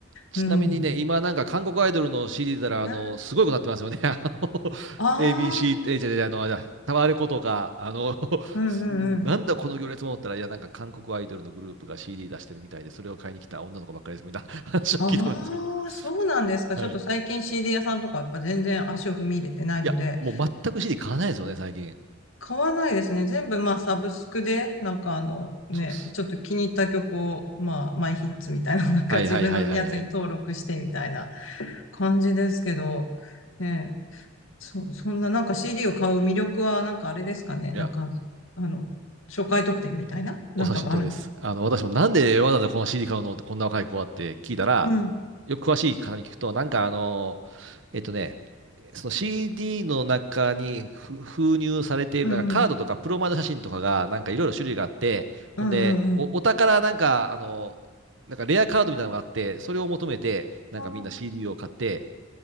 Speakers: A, on the right (about 65°); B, on the left (about 80°).
A: ちなみにね、
B: うん。
A: 今なんか韓国アイドルの CD たら、
B: あ
A: あの、すごいことになってますよね。<laughs> あの、
B: あ
A: ABC、
B: ー、
A: え、じゃじゃあの、あタワレコとか、あの、<laughs>
B: うんうんうん。
A: なんだこの行列も思ったら、いや、なんか韓国アイドルのグループが CD 出してるみたいで、それを買いに来た女の子ばっかりですみたいな <laughs> 話は聞いたんですけど。
B: ああ、そうなんですか。
A: はい。
B: ちょっと最近
A: い
B: CD 屋さんとかやっぱ全然足を踏み入れてないので、
A: や、もう全く CD 買わないですよね、最近。
B: 買わないですね。全部まあサブスクで、なんかあのね、
A: そうです。
B: ちょっと気に入った曲を、まあマイヒッツみたいな、なんか自分のやつに登録してみたいな
A: はいはいはいはいはい。
B: 感じですけど、ね、そ、そんななんか CD を買う魅力はなんかあれですかね。
A: いや、
B: なんか、あの、初回特典みたいななんかがあるんです
A: お察しの通りです。あの、私もなんでわざわざこの CD 買うのってこんな若い子はって聞いたら、
B: うん、
A: よく詳しい方に聞くと、なんかあの、えっとね、その CD の中にふ封入されているなんかカードとかプロマイド写真とかがなんかいろいろ種類があって、
B: うん、うん、
A: ほんで、
B: うん、
A: お、
B: うん。
A: お宝なんかあの、なんかレアカードみたいなのがあって、それを求めて、なんかみんな
B: あー
A: CD を買って、